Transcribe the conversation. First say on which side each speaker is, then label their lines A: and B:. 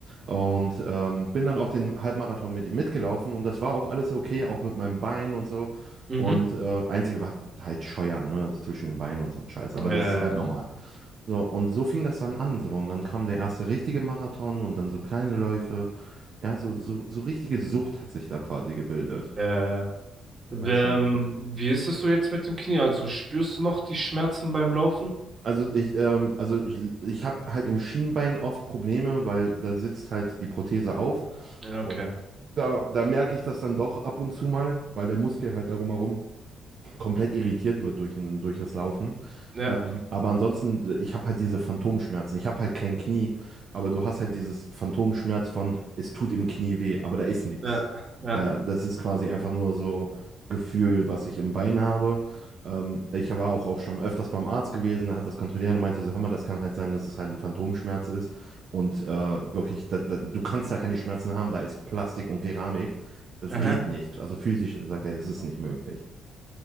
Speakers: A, on the right; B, on the right.
A: Und ähm, bin dann auch den Halbmarathon mit ihm mitgelaufen und das war auch alles okay, auch mit meinem Bein und so.
B: Mhm.
A: Und äh, einzige war halt Scheuern, ne, zwischen den Beinen und so ein Scheiß, aber
B: Äh,
A: das ist halt normal. So, und so fing das dann an, so. Und dann kam der erste richtige Marathon und dann so kleine Läufe. Ja, so, so, so richtige Sucht hat sich da quasi gebildet.
B: äh, ähm,
A: War schon echt heftig.
B: wie ist es so jetzt mit dem Knie? Also spürst du noch die Schmerzen beim Laufen?
A: Also ich, ähm, also ich, ich habe halt im Schienbein oft Probleme, weil da sitzt halt die Prothese auf.
B: Ja,
A: Und
B: okay.
A: da, da merke ich das dann doch ab und zu mal, weil der Muskel halt darum herum komplett irritiert wird durch, ein- durch das Laufen.
B: Ja,
A: Ähm, aber ansonsten, äh, ich habe halt diese Phantomschmerzen. Ich habe halt kein Knie, aber du hast halt dieses Phantomschmerz von, es tut im Knie weh, aber da ist nichts.
B: ja, ja.
A: Da, das ist quasi einfach nur so Gefühl, was ich im Bein habe. Ähm, ich war auch, auch schon öfters beim Arzt gewesen, der hat das kontrolliert und meinte so, hör mal, das kann halt sein, dass es halt ein Phantomschmerz ist. Und äh, wirklich, da, da, du kannst da keine Schmerzen haben, da ist Plastik und Keramik. Das
B: Aha.
A: geht nicht. Also physisch sagt er, es ist nicht möglich.